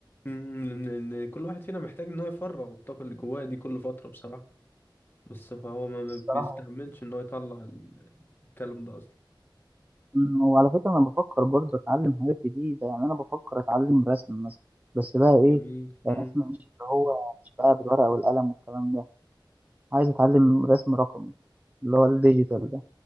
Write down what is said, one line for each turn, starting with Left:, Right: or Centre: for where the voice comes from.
Left: أمم، لأن لأن كل واحد فينا محتاج إن هو يفرغ الطاقة اللي جواه دي كل فترة بصراحة بس فهو ما ما
Right: الصراحه
Left: بيستعملش إن هو يطلع الكلام ده أصلا
Right: مم، وعلى فكرة أنا بفكر برضه أتعلم حاجات جديدة يعني أنا بفكر أتعلم رسم مثلا بس بقى إيه
Left: جميل
Right: رسم
Left: امم
Right: مش اللي هو مش بقى بالورقة والقلم والكلام ده عايز أتعلم رسم رقمي اللي هو الديجيتال ده